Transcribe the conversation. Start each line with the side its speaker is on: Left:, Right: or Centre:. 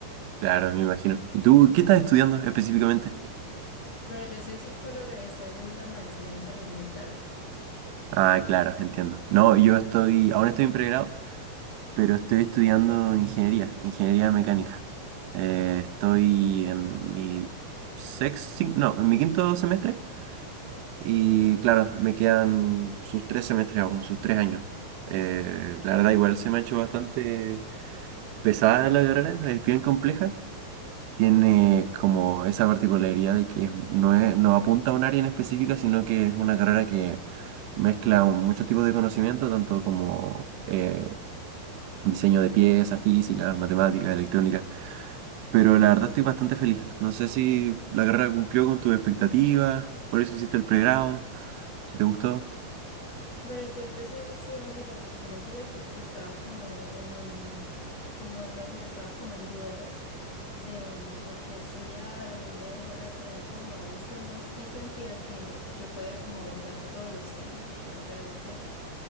Right: Claro, me imagino. ¿Y tú qué estás estudiando específicamente?
Left: Bueno, yo soy psicóloga y estoy haciendo una maestría en salud mental.
Right: Ah, claro, entiendo. No, yo estoy, ahora estoy en pregrado, pero estoy estudiando ingeniería, ingeniería mecánica. Eh, estoy en mi sexto, no, en mi quinto semestre y claro, me quedan sus tres semestres aún, sus tres años. Eh, la verdad, igual se me ha hecho bastante pesada la carrera, es bien compleja, tiene como esa particularidad de que es- no es, no apunta a un área en específica, sino que es una carrera que mezcla muchos tipos de conocimiento, tanto como eh, diseño de piezas, física, matemáticas, electrónica. Pero la verdad estoy bastante feliz. No sé si la carrera cumplió con tus expectativas, por eso hiciste el pregrado, si te gustó.
Left: Bueno, yo empecé estudiando la psicología porque estaba como en un, como no sé, estaba como en dudas de, de qué estudiar. A mí me atraen como varios temas y sentía que yo podía como abordar todos los temas, pero realmente no.